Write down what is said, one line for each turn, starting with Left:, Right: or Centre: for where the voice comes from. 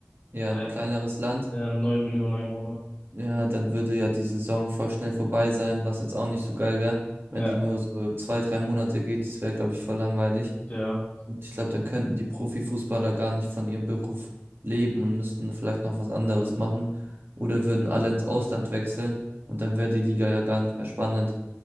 Right: eher
Left: Bei
Right: ein kleineres Land.
Left: ja, neun Millionen Einwohner.
Right: Ja, dann würde ja die Saison voll schnell vorbei sein, was jetzt auch nicht so geil wäre.
Left: Ja,
Right: Wenn die nur so zwei, drei Monate geht, das wäre, glaube ich, voll langweilig.
Left: ja.
Right: Und ich glaube, dann könnten die Profifußballer gar nicht von ihrem Beruf leben und müssten vielleicht noch was anderes machen oder würden alle ins Ausland wechseln und dann wäre die Liga ja gar nicht mehr spannend.